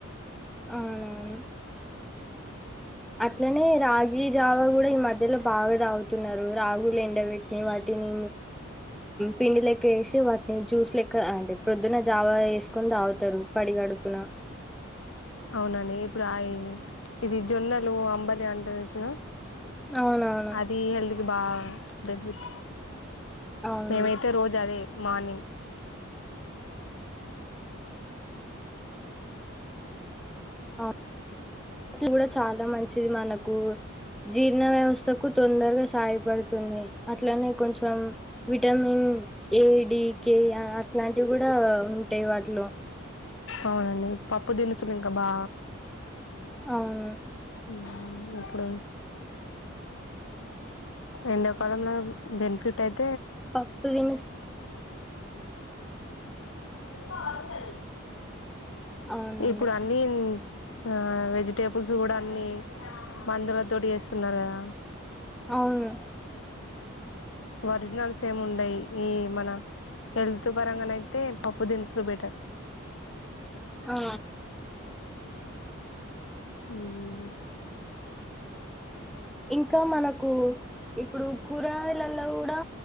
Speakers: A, in the centre; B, on the left.
A: అవునవును అట్లనే రాగి జావా కూడా ఈ మధ్ పెద్దలు బాగా తాగుతున్నారు రాగులు ఎండబెట్టి వాటిని పిండి లెక్క వేసి వాటిని జ్యూస్ లెక్క అంటే ప్రొద్దున జావా వేసుకొని తాగుతారు పడిగా గడుపునా
B: అవునండి ఇప్పుడు ఆ ఇ ఇది జొన్నలు అంబలి అంటారుసిన
A: అవునవును
B: అది హెల్త్కి బా బెనిఫిట్
A: అవును
B: మేమైతే రోజు అదే మార్నింగ్
A: ఆ అది కూడా చాలా మంచిది మనకు జీర్ణ వ్యవస్థకు తొందరగా సహాయపడుతు తుంది అట్లనే కొంచం వి విటమిన్ ఏ డి కె ఆ అట్లాంటివి కూడా ఉంటాయి వాటిలో
B: అవునండి పప్పు దినుసులు ఇంకా బా
A: అవును
B: ఊ ఎప్పుడు ఎండకాలంలో బెనిఫిట్ యిత్
A: పప్పు తినుస్
B: చెప్ప అంటది
A: అవునండి
B: ఇప్పుడు అన్నీ ఆ వెజిటేబుల్స్ కూడా అన్నిీ మందుల తోటి చేస్తున్నారు కదా
A: అవును
B: ఒరిజినల్స్ ఏమి ఉండయి ఈ మన హేళ్తు పరంగానయితే పప్పు దినుసులు బెటర్
A: ఆ
B: మ్
A: అ ఇంకా మనకు ఇప్పుడు కూరగాయలల్ల కూడా